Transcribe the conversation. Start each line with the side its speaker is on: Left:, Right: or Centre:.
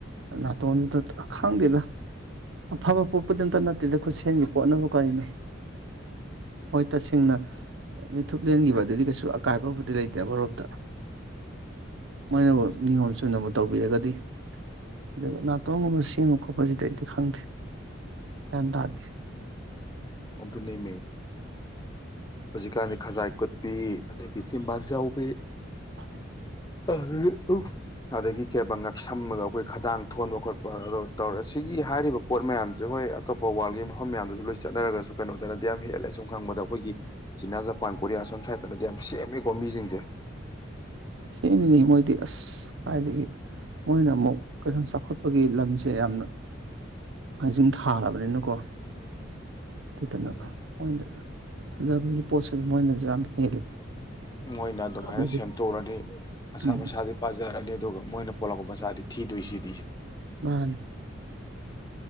Right: ꯅꯥꯇꯣꯟꯗꯨꯗ ꯈꯪꯗꯦꯗ ꯑꯐꯕ ꯄꯣꯠꯄꯨ ꯗꯤ ꯑꯝꯇ ꯅꯠꯇꯦꯗ ꯈꯨꯠꯁꯦꯝꯒꯤ ꯄꯣꯠꯅꯕꯨ ꯀꯔꯤꯅꯣ ꯍꯣꯏ ꯇꯁꯦꯡꯅ ꯃꯤꯠꯊꯨꯞ ꯂꯦꯟꯈꯤꯕ ꯑꯗꯨꯗꯤ ꯀꯩꯁꯨ ꯑꯀꯥꯏꯕꯕꯨꯗꯤ ꯂꯩꯇꯦ ꯑꯃꯔ‌ꯣꯝꯗ ꯃꯣꯏꯅꯕꯨ ꯅꯤꯌꯣꯝ ꯆꯨꯝꯅꯕꯨ ꯇꯧꯕꯤꯔꯒꯗꯤ ꯑꯗꯨꯒ ꯅꯥꯇꯣꯟꯒꯨꯝꯕ ꯁꯦꯝꯕ ꯈꯣꯠꯄꯁꯤꯗꯤ ꯑꯩꯗꯤ ꯈꯪꯗꯦ ꯒꯌꯥꯟ ꯇꯥꯗ‌ꯦ
Left: ꯑꯣ ꯑꯗꯨꯅꯦꯃꯦ ꯍꯧꯖꯤꯛꯀꯥꯟꯗꯤ ꯈꯖꯥꯏ ꯀꯨꯠꯄꯤ ꯑꯗꯒꯤ ꯆꯤꯕꯥꯟ ꯆꯥꯎꯕꯤ
Right: <unintelligible>
Left: <unintelligible> ꯑꯗꯒꯤ ꯀꯩꯕ ꯉꯛꯁꯝꯃꯒ ꯑꯩꯈꯣꯏ ꯈꯗꯥꯡ ꯊꯣꯟꯕ ꯈꯣꯠꯄ ꯑꯗ‌ꯣ ꯇꯧꯔꯦ ꯁꯤ ꯍꯥꯏꯔꯤꯕ ꯄꯣꯠ ꯃꯌꯥꯝꯁꯦ ꯍꯣꯏ ꯑꯇꯣꯞꯄ ꯋꯥꯔꯜꯒꯤ ꯃꯐꯝ ꯃꯌꯥꯝꯗꯁꯨ ꯂꯣꯏ ꯆꯠꯅꯔꯒꯁꯨ ꯁ ꯀꯩꯅꯣꯗꯅꯗꯤ ꯌꯥꯝ ꯍꯦꯜꯂꯦ ꯁꯨꯝ ꯈꯪꯕꯗ ꯑꯩꯈꯣꯏꯒꯤ ꯆꯤꯅꯥ ꯖꯄꯥꯟ ꯀꯣꯔꯤꯌꯥ ꯁꯣꯝ ꯁ꯭ꯥꯏꯗꯠꯇꯅꯗꯤ ꯌꯥꯝ ꯁꯦꯝꯃꯦꯀꯣ ꯃꯤꯁꯤꯡꯁꯦ
Right: ꯁꯦꯝꯃꯤꯅꯤ ꯃꯣꯏꯗꯤ ꯑꯁ ꯀꯥꯏꯗꯒꯤ ꯃꯣꯏꯅ ꯑꯃꯨꯛ ꯀꯩꯅꯣ ꯆꯥꯎꯈꯠꯄꯒꯤ ꯂꯝꯁꯦ ꯌꯥꯝꯅ ꯃꯥꯡꯖꯤꯜ ꯊꯥꯔꯕꯅꯤꯅꯀꯣ ꯑꯗꯨꯗꯅ
Left: ꯎꯝ
Right: ꯃ‌ꯣꯏꯗ ꯐꯖꯕꯒꯤ ꯄꯣꯠꯁꯤ ꯃꯣꯏꯅꯁꯨ ꯌꯥꯝ ꯍꯦꯜꯂꯤ
Left: ꯃꯣꯏꯅ ꯑꯗꯨꯃꯥꯏꯅ
Right: ꯑꯗꯨꯗꯨꯅ
Left: ꯁꯦꯝꯗꯣꯛꯎꯔꯅꯤ ꯃꯁꯥ
Right: ꯎꯝ
Left: ꯃꯁꯥꯗꯤ ꯄꯥꯖꯔꯅꯤ ꯑꯗꯨꯒ ꯃꯣꯏꯅ ꯄꯣꯛꯂꯛꯄ ꯃꯆꯥꯗꯤ ꯊꯤꯗꯣꯏꯁꯤꯗꯤ
Right: ꯃꯥꯅꯤ